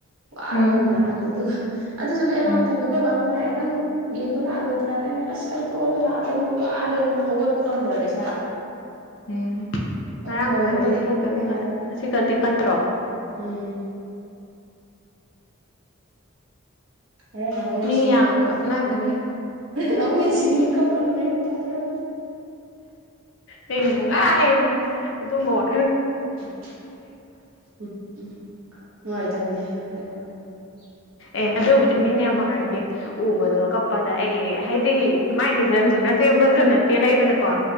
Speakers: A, on the right; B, on the left.
A: ꯋꯥꯔꯕꯒꯦ
B: ꯎꯝ
A: ꯉꯔꯥꯡꯗ ꯑꯗꯨꯒ ꯑꯗꯨꯁꯨ ꯑꯃꯨ ꯑꯦꯂꯥꯔꯝ
B: ꯎꯝ
A: ꯊꯝꯃꯦ ꯑꯩꯈꯣꯏ ꯕꯥ ꯑꯃꯨꯛ ꯂꯥꯛꯑꯦ ꯅꯪ ꯌꯦꯡꯕ ꯂꯥꯛꯑꯔꯣꯏ ꯅꯠꯇ꯭ꯔ ꯑꯩꯅ ꯑꯁ ꯑꯩ ꯇꯣꯛꯑꯒ ꯂꯥꯛꯑꯔꯦ ꯑꯩ ꯋꯥꯔꯦꯅ ꯍꯧꯒꯠꯄ ꯉꯝꯗ꯭ꯔꯕ ꯏꯁꯥ
B: ꯎꯝ ꯉꯔꯥꯡ
A: ꯐꯣꯟꯕꯨꯗꯤ
B: ꯐꯖꯅ ꯇꯣꯝꯊꯣꯛꯀꯦꯕ
A: ꯄꯥꯏꯔꯒ
B: ꯉꯁꯤ ꯈꯛꯇꯤ ꯈꯠꯇ꯭ꯔꯣ
A: ꯎꯝ ꯍꯔꯅꯃꯣ ꯃꯁꯤꯒꯦꯃꯣ
B: ꯃꯤ ꯌꯥꯝ ꯀꯞꯅꯈ꯭ꯔꯦ
A: ꯅ ꯁꯤ ꯀꯄꯃꯦ ꯇꯥꯗꯨꯔ
B: ꯑꯩ ꯅꯨꯡꯉꯥꯏꯅ ꯑꯗꯨꯝꯕ ꯋꯥꯠ
A: ꯎꯝ ꯎꯝ ꯅꯨꯡꯉꯥꯏꯇꯝꯅꯦꯍꯦ <unintelligible>
B: ꯑꯦ ꯑꯗꯨꯕꯨꯗꯤ ꯃꯤ ꯅꯦꯃꯥꯔꯒꯤ ꯎꯕꯗꯣ ꯀꯞꯄꯗ ꯑꯩ ꯍꯥꯏꯗꯤ ꯃꯥꯏ ꯃꯤꯆꯪꯖꯨ ꯅꯠꯇꯦ ꯃꯁꯨ ꯅꯠꯇꯦ ꯂꯩꯗꯅꯀꯣ